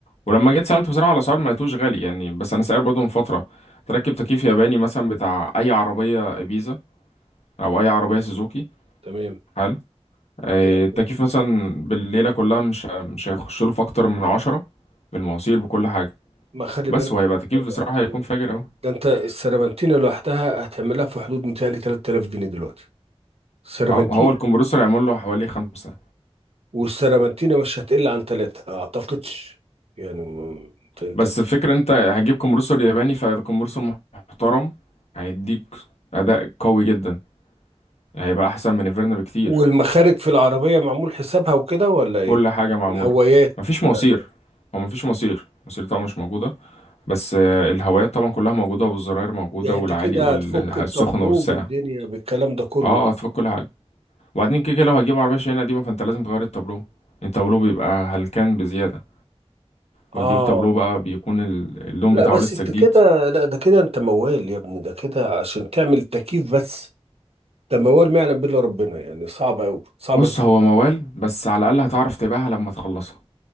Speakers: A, on the left (about 80°); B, on the right (about 65°).
A: ولما جيت سألت بصراحة على أسعار ما لقيتوش غالي يعني بس أنا سائل برضه من فترة تركب تكييف ياباني مثلا بتاع أي عربية إبيزا أو أي عربية سوزوكي
B: تمام
A: حلو آه،
B: جامد.
A: التكييف مثلا بالليلة كلها مش مش هيخش له في أكتر من عشرة بالمواسير بكل حاجة
B: ما خلي
A: بس
B: بالك
A: هو هيبقى
B: من
A: تكييف
B: حاجة،
A: بصراحة
B: خلي
A: هيكون
B: بالك.
A: فاجر أوي
B: ده انت السربنتينه لوحدها هتعملها في حدود متهيألي 3000 جنيه دلوقتي السربنتينه
A: اه هو الكمبرسور هيعمل له حوالي خمسة
B: والسيرامنتينا مش هتقل عن ثلاثة أعتقدش يعني م- أنت أنت
A: بس الفكرة انت هتجيب كومبرسور ياباني فكومبرسور محترم هيديك اداء قوي جدا يعني هيبقى احسن من الفيرنا بكتير
B: والمخارج في العربية معمول حسابها وكده ولا إيه؟
A: كل حاجة معمولة
B: الهوايات
A: مفيش
B: بتاعت
A: مواسير هو مفيش مواسير المواسير طبعا مش موجودة بس آه، الهوايات طبعا كلها موجودة والزراير موجودة
B: يعني
A: والعالي
B: أنت كده
A: والسخنة
B: هتفك التابلو
A: والساقعة
B: بالدنيا بالكلام ده كله
A: اه هتفك كل حاجة وبعدين كده كده لو هتجيب عربية شاحنة قديمة فانت لازم تغير التابلو التابلو بيبقى هلكان بزيادة
B: آه
A: لو جيب تابلو بقى بيكون ال- اللون
B: لا
A: بتاعه
B: بس
A: لسه
B: أنت
A: جديد
B: كده لا ده كده أنت موال يا ابني ده كده عشان تعمل تكييف بس ده موال ما يعلم بالله ربنا يعني صعب أوي صعبة
A: بص
B: جدا
A: هو موال بس على الأقل هتعرف تبيعها لما تخلصها